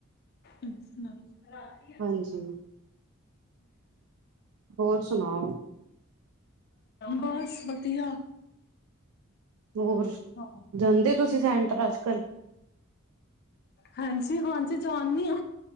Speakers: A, on the left; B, on the right.
A: ਅੱਛਾ <unintelligible>
B: ਹਾਂਜੀ ਹੋਰ ਸੁਣਾਓ
A: ਬਸ ਵਧੀਆ,
B: ਹੋਰ
A: ਹਾਂ
B: ਜਾਂਦੇ ਤੁਸੀਂ ਸੈਂਟਰ ਅੱਜ ਕੱਲ੍ਹ?
A: ਹਾਂਜੀ-ਹਾਂਜੀ, ਜਾਣੀ ਆ।